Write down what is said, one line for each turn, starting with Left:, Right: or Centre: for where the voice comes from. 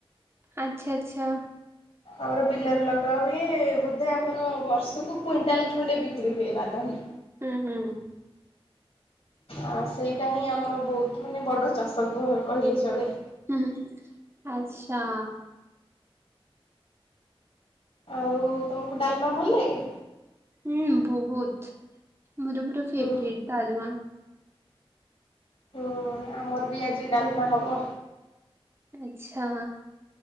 Right: ଆଚ୍ଛା ଆଚ୍ଛା।
Left: ଆମର ବିଲରେ ଲଗା ହୁଏ ବୋଧେ ଆମର ବର୍ଷକୁ କୁଇଣ୍ଟାଲ ଖଣ୍ଡେ ବିକ୍ରି ହୁଏ ବାଦାମ।
Right: ହୁଁ ହୁଁ ହୁଁ।
Left: ଆ ସେଇଟା ହିଁ ଆମର ବହୁତ ମାନେ ବଡ ଚାଷ କ କହିଲେ ଚଳେ।
Right: ହୁଁ, ଆଚ୍ଛା।
Left: ଆଉ ତମକୁ ଡାଲମା ଭଲ ଲାଗେ?
Right: ଉଁ-ଉଁ-ଉଁ ବହୁତ୍ ମୋର ପୁରା ଫେଭରେଟ୍
Left: ହୁଁ
Right: ଡାଲମା।
Left: ଓହୋଃ, ଆମର ବି ଆଜି ଡାଲମା ହବ।
Right: ଆଛା,